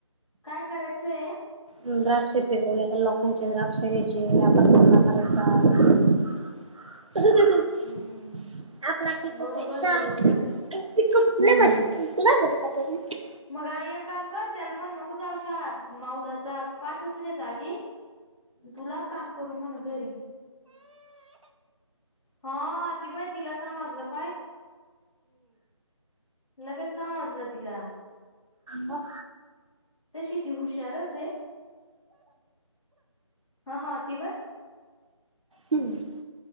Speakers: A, in the centre; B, on the right.
A: कायं करायचंय हंय
B: द्राक्ष पिकवल्यां तरं लोकांचें द्राक्षे घ्यांयचे व्यापार धंदा करायचां आपला पिक
A: हम्म
B: कां <unintelligible>
A: बरोबर
B: वा
A: आहे बरोबर
B: खूु
A: आहे
B: मुला पा <unintelligible>
A: मंग आई एक कामं कर त्यांला मंण नको जाऊं शाळांत माऊलाचा पाठव तुझ्यां जागी तुला कामं करूं म्हंण घरी. हा ती पांय तीला समजलं पांय लगेच समजलं तिला.
B: ह.
A: तशी ती हुशारंच आहे हा हा ति बघं.
B: हम्मं.